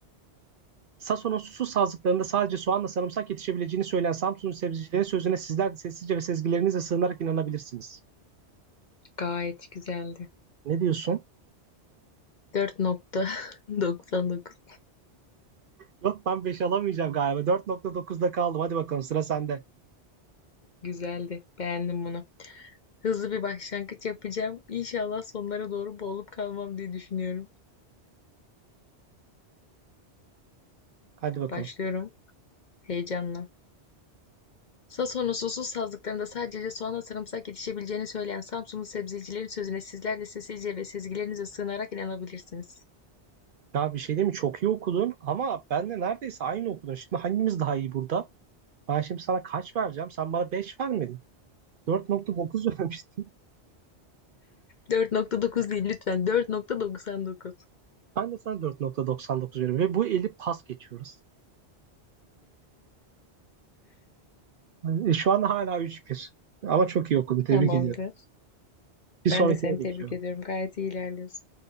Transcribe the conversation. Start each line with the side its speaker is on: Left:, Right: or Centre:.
Right: Sason'un susuz sazlıklarında sadece soğanla sarımsak yetişebileceğini söyleyen Samsun'un sebzecilerin sözüne sizler de sessizce ve sezgilerinizle sığınarak inanabilirsiniz.
Left: Gayet güzeldi.
Right: Ne diyorsun?
Left: 4.99.
Right: Yok ben beş alamayacağım galiba. 4.9'da kaldım. Hadi bakalım sıra sende.
Left: Güzeldi. Beğendim bunu. Hızlı bir başlangıç yapacağım. İnşallah sonlara doğru boğulup kalmam diye düşünüyorum.
Right: Hadi bakalım.
Left: Başlıyorum heyecanla. Sason'un susuz sazlıklarında sadece soğanla sarımsak yetişebileceğini söyleyen Samsunlu sebzecilerin sözüne sizler de sessizce ve sezgilerinize sığınarak inanabilirsiniz.
Right: Ya bir şey değil mi? Çok iyi okudun ama ben de neredeyse aynı okudun. Şimdi hangimiz daha iyi burada? Ben şimdi sana kaç vereceğim? Sen bana 5 vermedin. Dört nokta dokuz <laughs> vermiştin.
Left: 4.9 değil lütfen 4.99.
Right: Ben de sana dört nokta doksan dokuz veriyorum. Ve bu eli pas geçiyoruz. Yani şu an hala üç bir. Ama çok iyi okudun. Tebrik
Left: Tamamdır.
Right: ediyorum. Bir sonrakine
Left: Ben de seni
Right: geçiyorum.
Left: tebrik ediyorum. Gayet iyi ilerliyorsun.